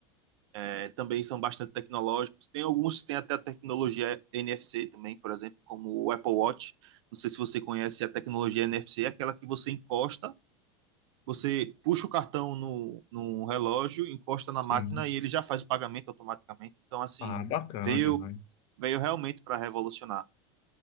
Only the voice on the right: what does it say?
é, também são bastante tecnológicos. Tem alguns que têm até a tecnologia NFC também, por exemplo, como o Apple Watch. Não sei se você conhece a tecnologia NFC, é aquela que você encosta, você puxa o cartão no, no relógio, encosta na
máquina e ele já faz o pagamento automaticamente. Então, assim,
veio,
veio realmente para revolucionar.